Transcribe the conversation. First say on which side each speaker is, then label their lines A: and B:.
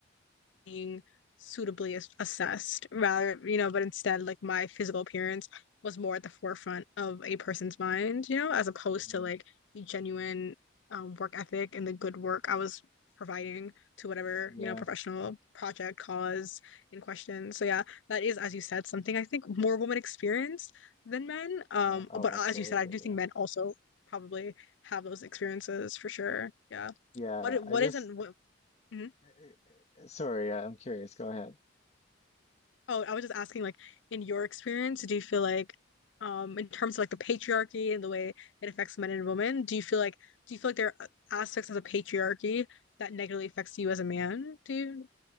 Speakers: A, on the left; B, on the left.
A: being suitably assessed rather you know but instead like my physical appearance was more at the forefront of a person's mind you know as opposed
B: yeah
A: to like the genuine um, work ethic and the good work I was providing to whatever
B: yeah
A: you know professional project cause in question so yeah that is as you said something I think more women experience than men um
B: yeah oh
A: but
B: absolutely
A: as you said I do think
B: yeah
A: men also probably have those experiences for sure yeah
B: yeah
A: what what
B: I just
A: isn't what mhm.
B: eh, eh, eh, eh, sorry yeah, I'm curious go ahead
A: Oh, I was just asking, like, in your experience, do you feel like, um, in terms of like the patriarchy and the way it affects men and women, do you feel like, do you feel like there are aspects of the patriarchy that negatively affects you as a man? Do you,